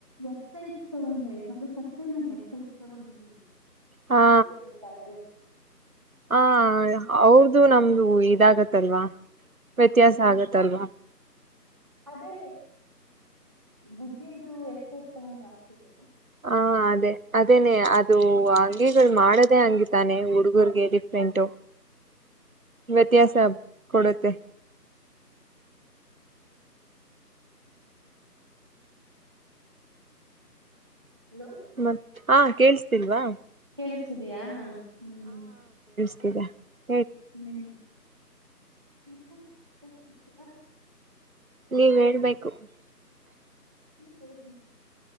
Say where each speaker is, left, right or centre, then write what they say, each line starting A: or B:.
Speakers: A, on the right (about 15°); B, on the right (about 55°).
A: ಎಕ್ಸ ತಗೊಂಡೆ ಅಂದ್ರೆ ಕಷ್ಟೇ ನಾನ ಎಕ್ ತಗೊಂಡಿದ್ದನಿ
B: ಹಾ
A: ಆಗ್ತಿದೆ ಬೆಟ್ಟಾದ್ರೆ
B: ಹ ಅವ್ರದುು ನಮ್ದು ಇದಾಗತ್ತಲ್ವಾ ವ್ಯತ್ಯಾಸ
A: ಹ್ಮ್
B: ಆಗತ್ತಲ್ವಾ
A: ಅದೇ ಗುಡ್ಗಿರ ಎಷ್ಟಷ್ಟ ತಗೊಂಡ್ರ ಆಗ್ತತಿ
B: ಹ ಅದೇ ಅದೇನೇ ಅದು ಅಂಗಿಗಳು ಮಾಡದೇ ಹಂಗ ತಾನೆ ಹುಡ್ಗರ್ಗೆ ಡಿಫ್ರೆಂಟು ವ್ಯತ್ಯಾಸ ಕೊಡುತ್ತೆ
A: ಹೌ ಹಲೋ
B: ಮತ್ ಹಾ ಕೇಳಳ್ಸ್ತಿಲ್ವಾ
A: ಕೇಳಿಸ್ತಿದಯಾ ಹ್ಮ್
B: ದ <unintelligible>
A: ಹ್ಮ್ ಮತ್ತ <unintelligible>
B: ನೀವ್ ಹೇಳ್ಬೇಕು <unintelligible>
A: ಇನ್ನು ಕತ